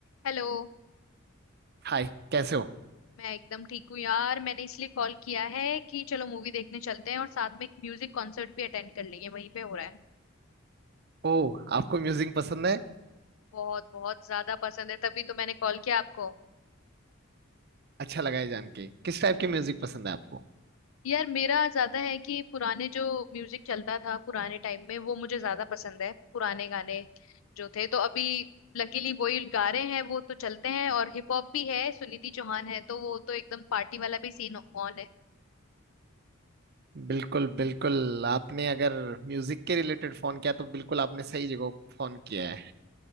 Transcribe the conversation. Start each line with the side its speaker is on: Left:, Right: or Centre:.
Left: Hello
Right: हाय कैसे हो
Left: मैं एकदम ठीक हूँ यार मैंने इसलिए कॉल किया है कि चलो मूवी देखने चलते हैं और साथ में एक म्यूजिक कॉन्सर्ट भी अटेंड कर लेंगे वहीं पे हो रहा है
Right: ओह आपको म्यूजिक पसंद है
Left: बहुत बहुत ज्यादा पसंद है तभी तो मैंने कॉल किया आपको
Right: अच्छा लगा है जान के किस टाइप के म्यूजिक पसंद है आपको
Left: यार मेरा ज्यादा है कि पुराने जो म्यूजिक चलता था पुराने टाइम में वो मुझे ज्यादा पसंद है पुराने गाने जो थे तो अभी लकीली वही गा रहे हैं वो तो चलते हैं और हिप हॉप भी है सुनिधि चौहान है तो वो तो एकदम पार्टी वाला भी सीन ऑन है
Right: बिल्कुल बिल्कुल आपने अगर म्यूजिक के रिलेटेड फोन किया तो बिल्कुल आपने सही जगह फोन किया है